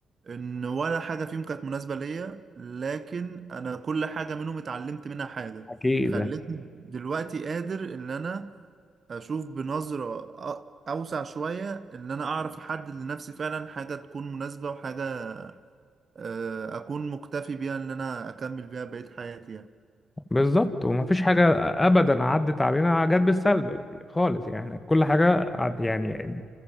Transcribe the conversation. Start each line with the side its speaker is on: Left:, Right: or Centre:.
Right: ان ولا حاجه فيهم كانت مناسبه ليا لكن انا كل حاجه منهم اتعلمت منها حاجه
Left: اكيد
Right: خلتني دلوقتي قادر ان انا اشوف بنظره أ- اوسع شويه ان انا اعرف احدد لنفسي فعلا حاجه تكون مناسبه وحاجه آه، اكون مكتفي بيها ان انا اكمل بيها بقية حياتي يعني
Left: بالظبط ومفيش حاجة أبدا عدت علينا جت بالسلب خالص يعني كل حاجة عد- يعني